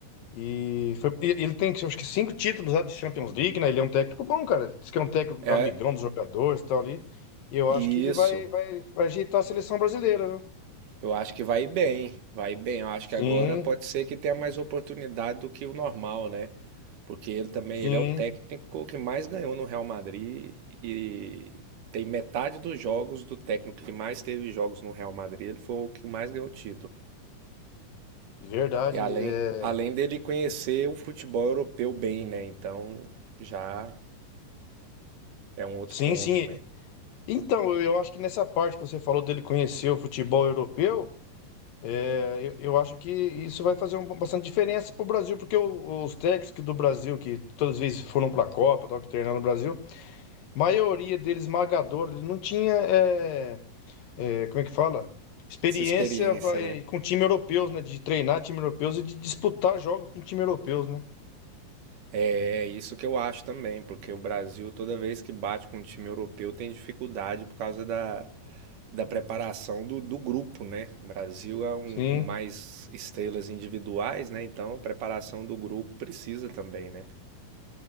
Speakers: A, on the left; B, on the right.
A: E foi- e- ele tem, acho que, cinco títulos lá de Champions League, né? Ele é um técnico bom, cara. Diz que é um técnico
B: É,
A: amigão dos jogadores e tal ali. E eu
B: isso.
A: acho que ele vai, vai, vai ajeitar a seleção brasileira, viu?
B: Eu acho que vai bem, vai bem. Eu acho
A: Sim,
B: que agora pode ser que tenha mais oportunidade do que o normal, né? Porque ele também,
A: sim,
B: ele é o técnico que mais ganhou no Real Madrid e tem metade dos jogos do técnico que mais teve jogos no Real Madrid, ele foi o que mais ganhou título.
A: verdade.
B: E além,
A: é.
B: além dele conhecer o futebol europeu bem, né? Então já é um outro
A: Sim,
B: ponto,
A: sim.
B: né?
A: Então, eu eu acho que nessa parte que você falou dele conhecer o futebol europeu, é, eu, eu acho que isso vai fazer um- bastante diferença para o Brasil, porque o- os técnicos que do Brasil, que todas as vezes foram para a Copa, tal, que treinaram no Brasil, maioria deles esmagadora, ele não tinha. é, é, como é que fala? Experiência
B: Essa experiência,
A: pra-
B: né?
A: eh, com time europeus, né? De treinar time europeus e de disputar jogos com time europeus, né?
B: É é isso que eu acho também, porque o Brasil, toda vez que bate com um time europeu, tem dificuldade por causa da, da preparação do, do grupo, né? O Brasil é um
A: Sim.
B: com mais estrelas individuais, né? Então a preparação do grupo precisa também, né?